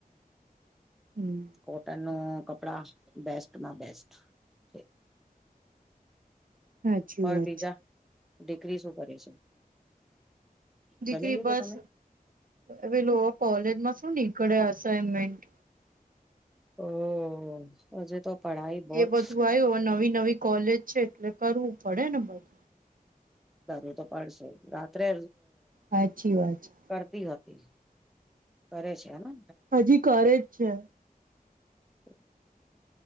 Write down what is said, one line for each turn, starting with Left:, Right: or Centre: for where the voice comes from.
Right: હમ
Centre: કોટન ન કપડા બેસ્ટમાં બેસ્ટ છે.
Right: સાચી
Centre: પણ
Right: વાત
Centre: બીજા
Right: છે.
Centre: દીકરી શું કરે છે
Right: દીકરી
Centre: જમી લીધું
Right: બસ
Centre: તમે
Right: હવે લો કોલેજમાં શું ની કડ અસાઇનમેન્ટ
Centre: હ હજ તો પઢાઈ બહોત
Right: એ બધું આવ્યું નવી નવી કોલેજ છે એટલે કરવું પડે ને બધું
Centre: કરવુ તો પડશે રાત્રે
Right: સાચી વાત છે.
Centre: કરતી હોતી કરે છે. હેને
Right: હજી ઘરે જ છે.
Centre: હમ